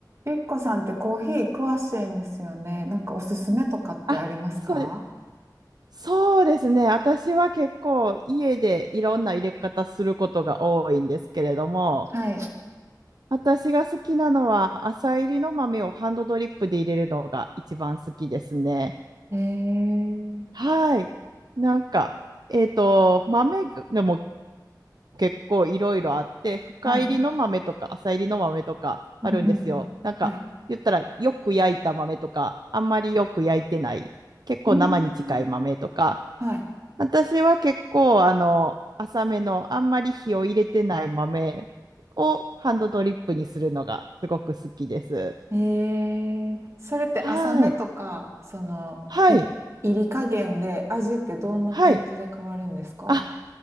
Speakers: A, on the right (about 40°); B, on the right (about 65°).
A: ゆきこさんってコーヒー詳しいんですよね。なんかおすすめとかってありますか
B: あ、そうで、そうですね。私は結構家でいろんな入れ方することが多いんですけれども、
A: はい。
B: 私が好きなのは朝入りの豆をハンドドリップで入れるのが一番好きですね。
A: えー、
B: はい。なんか、えっと、豆でも結構いろいろあって、深入りの豆とか浅入りの豆とかあるんですよ。
A: はい。うんうんうん。
B: なんか、
A: はい。
B: 言ったらよく焼いた豆とか、あんまりよく焼いてない、結構生に近い豆とか。
A: うーん、は
B: 私は結構、あの、浅めの、あんまり火を入れてない豆をハンドドリップにするのがすごく好きです。
A: い。えー、それって浅めとか、
B: はい。
A: その、
B: はい。
A: い、入り加減で味ってどんな感じで変わるんですか
B: はい。あ、